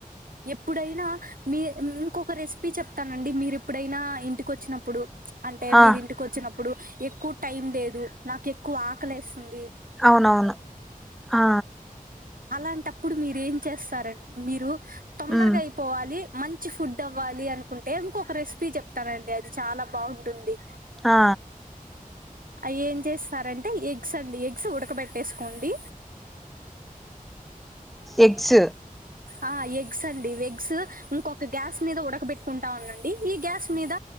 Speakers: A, on the right; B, in the centre.
A: ఎప్పుడైనా మీ ఇంకొక రెసిపీ చెప్తానండి మీరు ఎప్పుడైనా ఇంటికి వచ్చినప్పుడు అంటే మీరు
B: ఆ
A: ఇంటికి వచ్చినప్పుడు ఎక్కువ టైం లేదు నాకు ఎక్కువ ఆకలి వేస్తుంది
B: అవునవును ఆ
A: అలాంటప్పుడు మీర ఏం చేస్తారని మీరు తొందరగా
B: ఉమ్
A: అయి పోవాలి మంచి ఫుడ్ అవ్వాలి అనుకుంటే ఇంకొక రెసిపీ చెప్తానండి అది చాలా బాగుంటుంది
B: ఆ
A: అ ఏం చేస్తారంటే ఎగ్స్ అండి ఎగ్స్ ఉడకబెట్టేసుకోండి
B: ఎగ్స్
A: ఆ ఎగ్స్ అండి ఎగ్స్ ఇంకొక గ్యాస్ మీద ఉడకబెట్టుకుంటా ఉనండి ఈ గ్యాస్ మీద